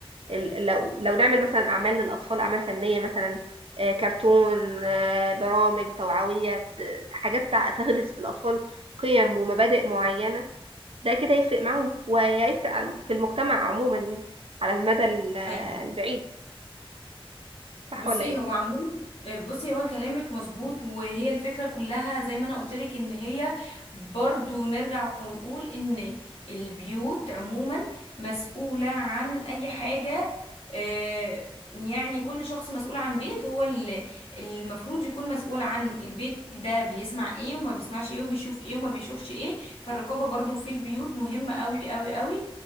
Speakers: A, on the right; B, on the left.
A: ال- لو لو نعمل مثلا أعمال للأطفال أعمال فنية مثلا آه، كرتون آه، برامج توعوية آه، حاجات تع- تغرس في الأطفال قيم ومبادئ معينة ده كده يفرق معاهم ويفرق على- في المجتمع عموما يعني على المدى ال-
B: ايوه
A: البعيد صح
B: بصي
A: ولا إيه؟
B: هو عموما آه، بصي هو كلامك مظبوط وهي الفكرة كلها زي ما انا قلت لك ان هي برضو نرجع ونقول ان البيوت عموما مسؤولة عن اي حاجة آه، يعني كل شخص مسؤول عن بيت هو اللي المفروض يكون مسؤول عن البيت ده بيسمع ايه وما بيسمعش ايه وبيشوف ايه وما بيشوفش ايه فالرقابة برضو في البيوت مهمة قوي قوي قوي